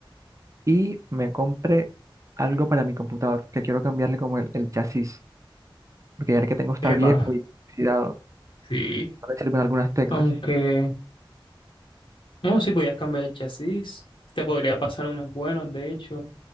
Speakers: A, on the right (about 35°); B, on the left (about 70°).
A: y me compre algo para mi computador, que quiero cambiarle como el, el chasis, porque ya el que tengo está
B: Epa,
A: viejo y oxidado.
B: sí.
A: A ver si sirven algunas teclas.
B: Aunque, no, sí, podías cambiar el chasis. Te podría pasar unos buenos, de hecho.